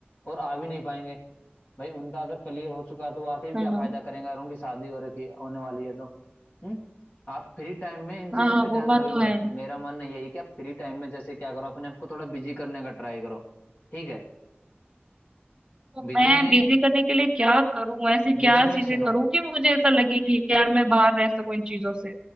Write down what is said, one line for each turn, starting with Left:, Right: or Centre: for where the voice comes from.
Left: और आ भी नहीं पाएंगे भाई उनका अगर क्लियर हो चुका है तो वो आके भी
Right: हाँ
Left: क्या
Right: हाँ
Left: फायदा करेंगे अगर उनकी शादी हो रखी होने वाली है तो हम्म आप फ्री टाइम में इन चीजों
Right: हाँ हाँ,
Left: पे ध्यान
Right: वो बात
Left: दो ही
Right: तो
Left: मत
Right: है
Left: मेरा मानना यही है कि आप फ्री टाइम में जैसे क्या करो अपने आप को थोड़ा बिजी करने का ट्राई करो ठीक है
Right: तो
Left: बिजी
Right: मैं
Left: में
Right: बिजी करने के लिए क्या करूं ऐसी क्या
Left: बिजी
Right: चीजें
Left: में सुनो
Right: करूं कि मुझे ऐसा लगे कि यार मैं बाहर रह सकूं इन चीजों से